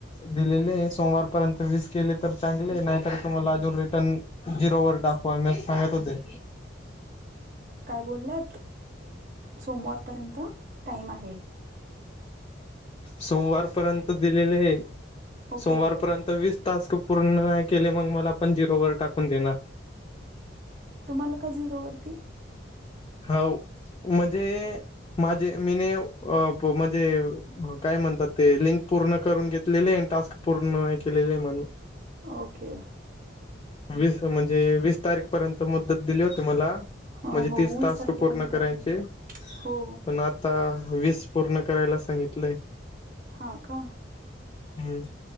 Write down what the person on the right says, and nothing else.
काय बोललात सोमवारपर्यंत टाइम आहे.
ओके
तुम्हाला का झिरोवरती?
ओके
हो
हो
वीस
तारखेपर्यंत
आहे हो
हा का?